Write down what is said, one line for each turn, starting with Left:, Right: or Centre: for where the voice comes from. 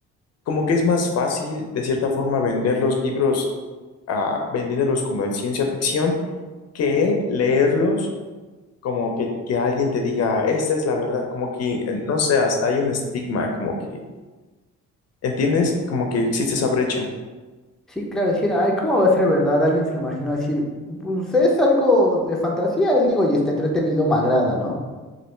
Left: como que es más fácil, de cierta forma, vender los libros, ah, vendiéndolos como de ciencia ficción, que leerlos como que, que alguien te diga, esta es la verdad, como que, eh, no sé, hasta hay un estigma, como que, ¿entiendes? Como que existe esa brecha.
Centre: Sí, claro, decir, ay, ¿cómo va a ser verdad? Alguien se lo imaginó decir, pues es algo de fantasía, y digo, y está entretenido, me agrada, ¿no?